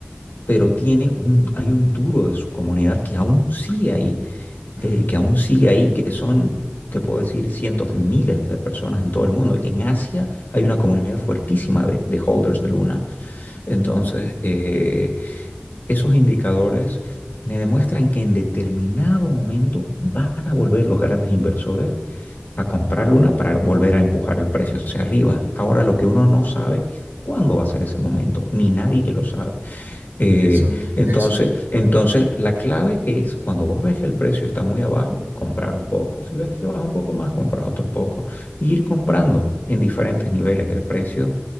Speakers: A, on the left; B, on the right.
A: pero tiene un, hay un duro de su comunidad que aún sigue ahí
B: Mm,
A: eh, que aún sigue ahí, que son, te puedo decir, cientos de miles de personas en todo el mundo. En Asia hay una comunidad fuertísima de, de holders de Luna. Entonces, eh, esos indicadores me demuestran que en determinado momento van a volver los grandes inversores a comprar Luna para volver a empujar el precio hacia arriba. Ahora, lo que uno no sabe es cuándo va a ser ese momento, ni nadie lo sabe. Eh,
B: Eso,
A: entonces,
B: eso,
A: entonces, la clave es cuando vos ves que el precio está muy abajo, comprar un poco. Si ves que baja un poco más, compras otro poco. Y ir comprando en diferentes niveles de precio